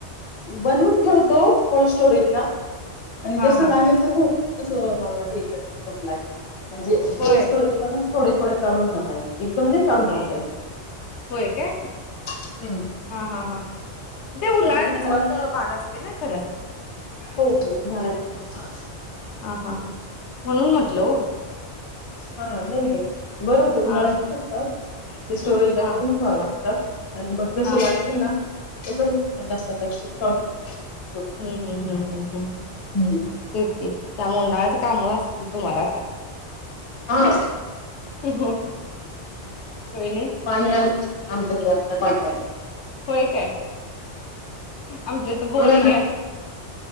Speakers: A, on the left; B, on the left.
A: बनवून ठेवतो कोल्ड स्टोरेज ला आणि
B: हां
A: जस
B: हां
A: लागेल तसं हे करते सप्लाय म्हणजे
B: होय
A: कोल्ड स्टोरेज पण थोडे थोडे काढून आणय एकदम नाही काढून आणता येत
B: होय काय?
A: येत
B: हा, हा, हा ते उन्हाळ्यातच
A: कारण खराब
B: फक्त भाग असते ना खरं?
A: हो, हो उन्हाळ्यातच
B: हा हा हा म्हणून म्हटल ओ
A: हा नाही, नाही. बरोबर उन्हाळ्यातच
B: हा
A: असतात. ते स्टोरेज ला
B: हा
A: करून ठेवा ला <unintelligible> आणि मग जसे
B: हा
A: लागतील ना तस पन्नास, पन्नास किलो काढून आन
B: हुं हुं हुं हुं हुं हुं
A: हम्म.
B: तेच की त्या उन्हाळ्यात काम असतील तुम्हाला आता <unintelligible>
A: हा
B: होय नाही
A: पाणी आल काम पडलय आता पाणी आलंय.
B: होय काय? आमच्या तर बोरिंग
A: बघा ना
B: ये.